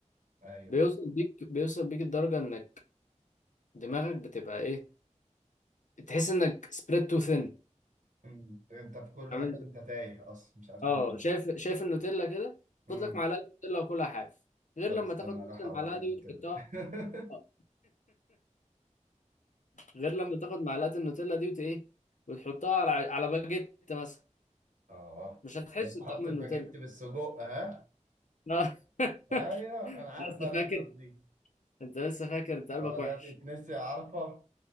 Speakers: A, on the right; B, on the left.
A: ايوه
B: بيوصل
A: ايوه
B: بيك بيوصل بيك الدرجة انك دماغك بتبقى ايه تحس انك spread too thin
A: مم. انت في كل
B: عامل
A: مكان انت تايه اصلا مش عارف تعمل
B: اه
A: ايه
B: شايف شايف النوتيلا كده
A: مم.
B: خد لك معلقة نوتيلا وكلها حاف غير
A: طب
B: لما
A: استنى
B: تاخد
A: راح
B: نفس المعلقة
A: اقوم اخد
B: دي
A: كده
B: وتحطها
A: <laughs>
B: <laughs> اه. غير لما تاخد معلقة النوتيلا دي وت ايه وتحطها على على باجيت مثلا
A: اه
B: مش هتحس
A: وتحط
B: بطعم
A: الباجيت
B: النوتيلا
A: بالسجق ها
B: آه. <laughs>
A: ايوه انا عارف
B: لسه
A: انا
B: فاكر
A: الناس دي
B: انت لسه فاكر انت قلبك
A: اه
B: وحش
A: ده تتنسي عارفه